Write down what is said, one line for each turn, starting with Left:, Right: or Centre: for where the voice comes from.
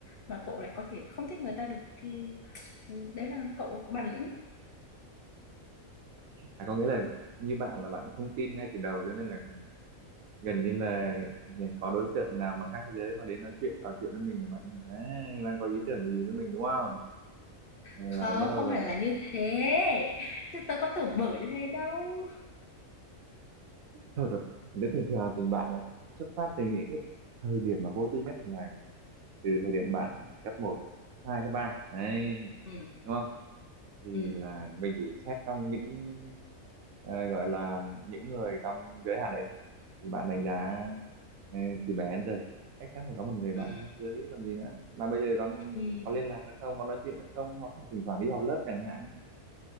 Left: mà cậu lại có thể không thích người ta được thì ừ, đấy là cậu có bản lĩnh
Right: à có nghĩa là như bạn là bạn không tin ngay từ đầu cho nên là gần như là có đối tượng nào mà khác giới mà đến nói chuyện trò chuyện với mình là bạn "Ấy, đang có ý tưởng gì với mình đúng không là
Left: không
Right: bắt đầu
Left: không
Right: là
Left: hẳn là như thế chứ tớ có tưởng bở như thế đâu
Right: thôi rồi nếu thường thường tình bạn nó xuất phát từ những cái thời điểm mà vô tư nhất là từ thời điểm bạn cấp một, 2, cấp 3, đấy
Left: ừ,
Right: đúng không thì
Left: ừ,
Right: là mình chỉ xét trong những ờ, gọi là những người trong giới hạn đấy thôi thì bạn đánh giá ờ, từ bé đến giờ chắc chắn phải có một người
Left: ừ.
Right: bạn khác giới còn gì nữa mà bây giờ con
Left: thì
Right: có liên lạc được không có nói chuyện được không hoặc là thỉnh thoảng đi học lớp chẳng hạn